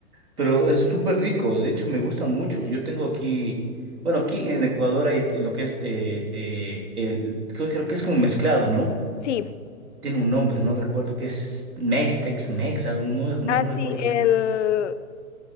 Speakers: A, on the right; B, on the left.
A: Pero es súper rico, de hecho me gusta mucho. Yo tengo aquí, bueno, aquí en Ecuador hay eh, lo que es, eh, eh, el, creo, creo que es como mezclado, ¿no?
B: Sí.
A: Tiene un nombre, no recuerdo qué es, Mex, Tex-Mex, algo, no, es- no
B: Ah,
A: recuerdo
B: sí,
A: exacto.
B: el